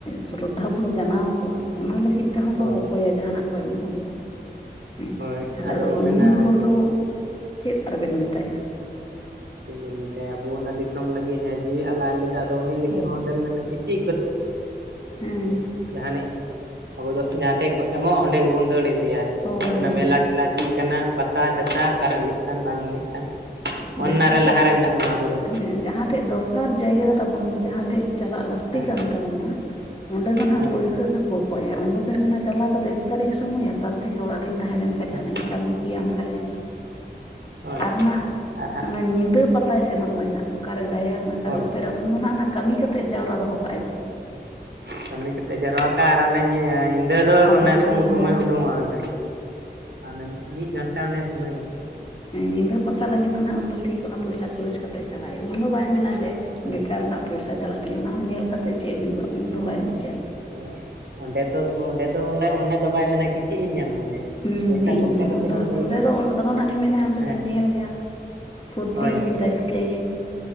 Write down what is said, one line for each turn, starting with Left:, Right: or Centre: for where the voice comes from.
Left: ᱥᱨᱚᱫᱷᱟ ᱵᱚᱱ ᱡᱟᱱᱟᱣ ᱟᱠᱚᱣᱟ ᱚᱱᱟ ᱞᱟᱹᱜᱤᱫ ᱛᱮᱦᱚᱸ ᱠᱚ
Right: ᱦᱳᱭ
Left: ᱠᱚᱠᱚᱭᱟ ᱡᱟᱦᱟᱱᱟᱜ ᱠᱚ ᱮᱢᱚᱜᱼᱟ᱾ ᱦᱮᱸ
Right: ᱦᱳᱭ
Left: ᱛᱟᱦᱞᱮ ᱟᱫᱚ
Right: ᱠᱚ
Left: ᱩᱱᱤ
Right: ᱢᱮᱱᱟ
Left: ᱦᱚᱲ ᱫᱚ ᱪᱮᱫ ᱟᱨᱵᱮᱱ ᱢᱮᱛᱟᱭᱟ᱾
Right: ᱪᱮᱫ ᱵᱮᱱ ᱢᱮᱛᱟᱭᱟ ᱟᱵᱚ ᱚᱱᱟ ᱫᱤᱥᱚᱢ ᱞᱟᱹᱜᱤᱫ ᱡᱟᱦᱟᱸᱭ ᱡᱤᱣᱤ ᱮ ᱟᱞᱟᱭ ᱞᱮᱫᱟ ᱟᱫᱚ ᱩᱱᱤ ᱞᱟᱹᱜᱤᱫ
Left: ᱦᱳᱭ
Right: ᱦᱚᱸ ᱚᱸᱰᱮᱢ ᱢᱮᱱᱟ ᱠᱚ ᱪᱮᱫ
Left: ᱦᱮᱸ
Right: <unintelligible> ᱡᱟᱦᱟᱱᱤᱡ ᱟᱵᱚ ᱫᱚ ᱡᱟᱦᱟᱸ ᱴᱷᱮᱡ ᱮᱢᱚᱜᱼᱟ ᱚᱸᱰᱮ ᱜᱮᱵᱚᱱ ᱫᱟᱹᱲ ᱤᱫᱤᱭᱟ
Left: ᱦᱳᱭ
Right: ᱚᱱᱟ
Left: ᱦᱳᱭ
Right: ᱢᱮᱞᱟ ᱴᱷᱮᱞᱟ ᱪᱮᱫ ᱠᱟᱱᱟ ᱯᱟᱛᱟ ᱥᱮᱛᱟ ᱚᱠᱟᱨᱮ ᱦᱩᱭᱩᱜ ᱠᱟᱱ ᱵᱟᱝ ᱦᱩᱭᱩᱜ ᱠᱟᱱ ᱚᱱᱟᱨᱮ
Left: ᱡᱟᱦᱟᱸᱴᱷᱮᱡ
Right: ᱞᱟᱦᱟᱨᱮ ᱢᱮᱱᱟᱜ ᱵᱚᱱᱟ ᱟᱵᱚ ᱫᱚ
Left: ᱦᱮᱸ ᱡᱟᱦᱟᱸᱴᱷᱮᱡ ᱫᱚᱨᱠᱟᱨ ᱡᱟᱭᱜᱟ ᱛᱟᱵᱚᱱ ᱡᱟᱦᱟᱸᱴᱷᱮᱡ ᱪᱟᱞᱟᱜ ᱞᱟᱹᱠᱛᱤ
Right: ᱦᱮᱸ
Left: ᱠᱟᱱ ᱛᱟᱵᱚᱱᱟ ᱚᱸᱰᱮ ᱫᱚ ᱦᱟᱸᱜ
Right: ᱦᱳᱭ
Left: <unintelligible> ᱚᱸᱰᱮ ᱫᱚ ᱢᱮᱱᱟ ᱪᱟᱞᱟᱣ ᱠᱟᱛᱮᱫ ᱵᱮᱠᱟᱨᱤᱧ ᱥᱚᱢᱚᱭᱟ ᱛᱟᱫᱷᱮ ᱜᱮ ᱚᱲᱟᱜ ᱨᱤᱧ ᱛᱟᱦᱮᱸ ᱞᱮᱱ ᱠᱷᱟᱱ
Right: ᱦᱳᱭ
Left: ᱡᱟᱦᱟᱱᱟᱜ ᱤᱧ ᱠᱟᱹᱢᱤ ᱠᱮᱭᱟ ᱚᱱ ᱟᱭᱟᱭ ᱦᱟᱜ
Right: ᱦᱳᱭ
Left: ᱟᱨ ᱦᱟᱜ
Right: ᱟᱨ ᱦᱟᱸᱜ
Left: ᱚᱱᱟ ᱧᱤᱫᱟᱹ ᱯᱟᱛᱟᱭ ᱥᱮᱱᱚᱜ ᱢᱟᱭ ᱦᱟᱸᱜ ᱚᱠᱟᱨᱮ ᱜᱟᱭᱟᱱ ᱟᱠᱟᱨ
Right: ᱦᱳᱭ
Left: ᱩᱯᱟᱹᱨᱟ ᱩᱱ ᱫᱚ ᱦᱟᱜ ᱚᱱᱟ ᱠᱟᱹᱢᱤ ᱠᱷᱟᱹᱛᱤᱨ ᱡᱟᱣᱨᱟ ᱫᱚᱦᱚ ᱠᱚ
Right: ᱠᱟᱹᱢᱤ ᱠᱟᱛᱮ ᱡᱟᱣᱨᱟ ᱠᱟᱜᱼᱟ ᱟᱨ ᱚᱱᱮ <unintelligible> ᱚᱸᱰᱮ ᱫᱚ
Left: ᱟᱨ
Right: ᱚᱱᱮ ᱠᱚᱢ
Left: ᱧᱤᱫᱟᱹ
Right: ᱥᱚᱢᱚᱭ ᱩᱰᱩᱝᱚᱜᱼᱟ ᱚᱸᱰᱮ ᱟᱨ ᱢᱤᱫ ᱜᱷᱚᱱᱴᱟ ᱚᱱᱮ ᱥᱚᱢᱚᱭ ᱵᱟᱝ
Left: ᱦᱮᱸ ᱧᱤᱫᱟᱹ ᱯᱟᱛᱟ ᱞᱟᱹᱜᱤᱫ ᱫᱚ ᱦᱟᱸᱜ ᱩᱱᱫᱚ ᱴᱷᱤᱠ ᱚᱱᱟ ᱯᱚᱭᱥᱟ ᱠᱷᱚᱨᱚᱪ ᱠᱟᱛᱮ ᱪᱟᱞᱟᱜᱼᱟ ᱩᱱᱫᱚ ᱵᱟᱭ ᱢᱮᱱᱟ ᱡᱮ
Right: ᱦᱳᱭ
Left: ᱵᱮᱠᱟᱨ ᱨᱮᱱᱟᱜ ᱯᱚᱭᱥᱟ ᱪᱟᱞᱟᱜ ᱚᱱᱟ ᱦᱚᱸ ᱧᱮᱞ ᱠᱟᱛᱮᱫ ᱪᱮᱫ ᱦᱩᱭᱩᱜᱼᱟ ᱩᱱᱫᱚ ᱵᱟᱭ ᱵᱤᱪᱟᱹᱨᱟ
Right: ᱦᱳ ᱚᱸᱰᱮ ᱫᱚ ᱚᱸᱰᱮ ᱫᱚ ᱚᱸᱰᱮ ᱫᱚ ᱵᱟᱭ ᱢᱮᱱᱟ ᱠᱤ ᱪᱮᱫ ᱤᱧ ᱧᱟᱢᱟ᱾ ᱚᱸᱰᱮ
Left: ᱦᱮᱸ
Right: ᱯᱚᱭᱥᱟ
Left: ᱪᱮᱫ ᱤᱧ
Right: ᱠᱷᱚᱨᱪᱟ
Left: ᱧᱟᱢᱟ
Right: ᱠᱟᱛᱮ ᱦᱚᱸ
Left: ᱚᱸᱰᱮ
Right: ᱪᱟᱞᱟᱜᱼᱟ
Left: ᱫᱚ ᱟᱫᱚ ᱦᱟᱸᱜᱮ ᱢᱮᱱᱟᱭᱟ ᱚᱸᱰᱮ
Right: ᱦᱮᱸ
Left: ᱫᱚᱧ ᱧᱮᱞ ᱜᱮᱭᱟ᱾ ᱯᱷᱩᱨᱛᱟᱹᱧ
Right: ᱦᱳᱭ
Left: ᱨᱟᱹᱥᱠᱟᱹᱭᱟᱹᱧ᱾